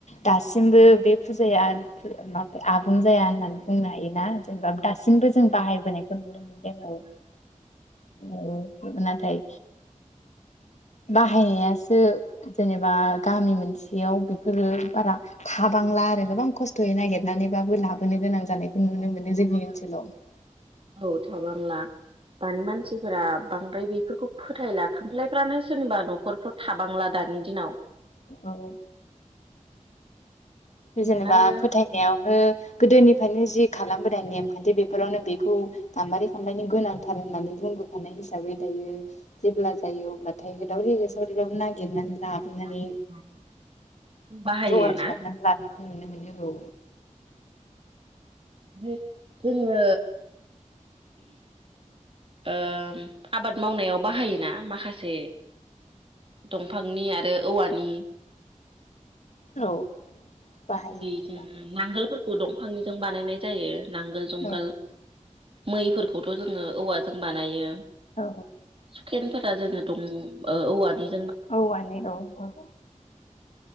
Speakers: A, on the left (about 60°); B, on the right (about 45°).
A: दासिमबो बे फुजाया माब आबुं जाया होननानै बुंनो हायोना। जेनेबा दासिमबो जों बाहायबोनायखौ नुनो मोनदों औ औ नाथाय। बाहायनायासो। जेनेबा गामि मोनसेयाव बेफोरो बारा थाबांला आरो गोबां खस्थ'यै नागिरनानैबाबो लाबोनो गोनां जानायखौ नुनो मोनो जोंनि ओनसोलाव।
B: औ थाबांला दानि मानसिफोरा बांद्राय बेफोरखौ फोथायला खामफ्लायफ्रानो सोरनिबा न'खरफ्राव थाबांला दानि दिनाव।
A: औ-औ।
B: <unintelligible>
A: जेनेबा
B: आरो
A: फोथायनायावनो। गोदोनिफ्रायनो जि खालामबोनाय नेमखान्थि बेफोरावनो बेखौ गाम्बारि खामफ्लायनि गोनांथार होननानै बुंबोखानाय हिसाबै दायो जेब्ला जायो अब्लाथाय होदावरि होसावरिब्लााबो नागिरनानै। लाबोनानै
B: नागिरनानै बाहायो
A: जगार
B: ना।
A: खालामनानै नुनो मोनो ओ।
B: बे जोङो। ओ आबाद मावनायाव बाहायोना माखासे दंफांनि आरो औवानि।
A: औ। बाहायो
B: बिनो
A: गोबां
B: नांगोलफोर। ग दंफांनिजों बानायनाय जायो। नांगोल जुंगाल।
A: नांगौ
B: मैफोरखौथ' जोङो औवाजों बानायो
A: औ
B: हुखेनफोरा जोङो दं। ओ औवा नि ।
A: औवानिऔ औ।